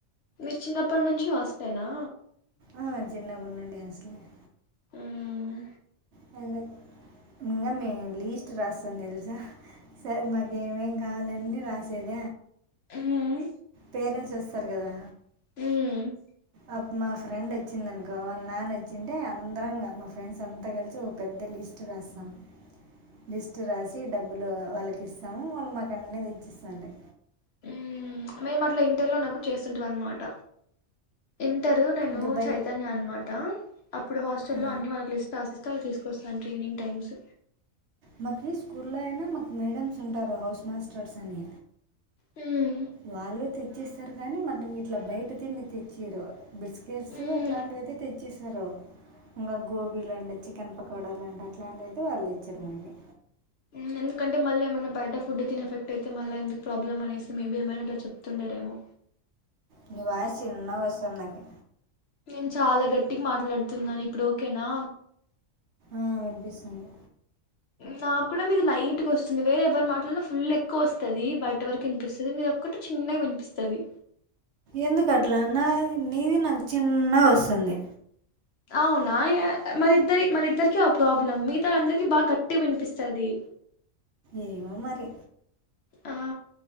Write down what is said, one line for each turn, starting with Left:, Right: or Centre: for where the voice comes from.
Left: మీరు చిన్నప్పటి నుంచి హాస్టల్ ఏనా.
Right: ఆ చిన్నప్పటి నుంచి హాస్టల్ ఏ
Left: మ్మ్
Right: <unintelligible> ఇంగా మేం లీస్ట్ రాస్తాం తెలుసా! సార్ మాకి. ఏమేం కావాలన్నీ రాసేద
Left: మ్మ్
Right: పేరెంట్స్ వస్తారు కదా!
Left: మ్మ్
Right: అప్ మా ఫ్రెండ్ వచ్చింది అనుకో, వాళ్ల నాన్న వచ్చింటే అందరం గా మా ఫ్రెండ్స్ అంతా కలిసి ఒక పెద్ద లి. స్ట్ రాసం లిస్ట్ రాసి డబ్బులు వాళ్ళకి ఇస్తాము, వాళ్ళు మాకు అన్ని తెచ్చిస్తాండే.
Left: మ్మ్ మేము అట్లా ఇంటర్లోనప్పుడు చేస్తుంటివి ఆన్మాట. ఇంటరు నేను
Right: ఇంకా బై
Left: చైతన్య అన్ మాట, అప్పుడు హాస్టల్
Right: ఆ.
Left: లో అన్ని వాళ్కి లిస్ట్ రాసిస్తే తీసుకు. వస్సాంటి ఈవినింగ్ టైమ్స్
Right: మాకి స్కూల్లో అయినా మాకు మేడమ్స్ ఉంటారు. హౌస్ మాస్టర్స్ అని,
Left: మ్మ్
Right: వాళ్ళు తెచ్చిస్తారు కానీ మనకిట్లా బయట తిండి తెచ్చిరు. బిస్కెట్స్
Left: మ్మ్
Right: అట్లాంటివైతే తెచ్చిస్తారు. ఇంగా గోబీలంట, చికెన్ పకోడాలంట అట్లాంటివైతే వాళ్ళు తెచ్చిరు మనకి.
Left: మ్మ్ ఎందుకంటే మళ్ళీ ఏమన్నా బయట ఫుడ్ తిని ఎఫెక్ట్ అయితే, మల్ల ఎందుకు ప్రాబ్లమ్ అనేసి మేబీ ఏమైనా అట్లా చెప్తుండే. రెమో
Right: నీ వాయిస్ చిన్న వస్సది నాకి.
Left: నేను చాలా గట్టికి మాట్లాడుతున్నాను ఇప్పుడు ఓకేనా.
Right: ఆ వినిపిస్తుంది
Left: నాకు కూడా మీది లైట్గా వస్తుంది, వేరే ఎవరు మాట్లాడినా ఫుల్ ఎక్కువ వస్తది. బయట వరకు వినిపిస్తుంది మీర. ఒకటి చిన్నగా వినిపిస్తది
Right: ఎందుకట్లా నాది నీది నాకు చిన్న వస్తాంది.
Left: అవునా <inaudible> మరిద్దరి, మనిద్దరికి ఆ ప్రాబ్లం మిగతా అందరికి బాగా గట్టి వినిపిస్తది.
Right: ఏమో మరి
Left: ఆ